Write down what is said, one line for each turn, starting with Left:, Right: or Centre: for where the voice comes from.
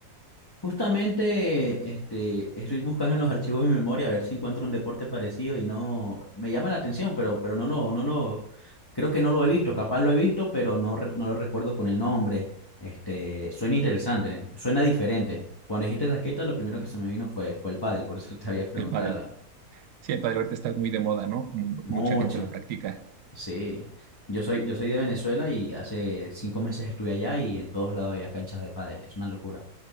Left: Justamente, este, estoy buscando en los archivos de mi memoria a ver si encuentro un deporte parecido y no... Me llama la atención, pero, pero no lo, no lo... Creo que no lo he visto, capaz lo he visto, pero no, re- no lo recuerdo con el nombre. Este, suena interesante, suena diferente. Cuando dijiste raqueta, lo primero que se me vino fue, fue el pádel, por eso te había preguntado.
Right: El pádel. Sí, el pádel ahorita está muy de moda, ¿no? Como
Left: Mucho.
Right: mucha gente lo practica.
Left: Sí, yo soy, yo soy de Venezuela y hace cinco meses estuve allá y en todos lados había canchas de pádel, es una locura.